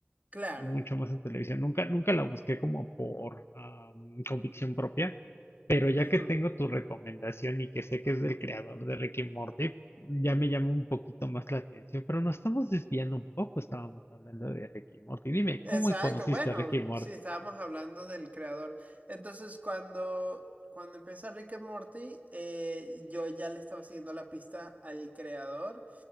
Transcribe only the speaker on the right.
Claro.
Ujú.
Exacto,
bueno,
sí, estábamos hablando del creador. Entonces, cuando, cuando empieza Rick and Morty, eh, yo ya le estaba siguiendo la pista al creador.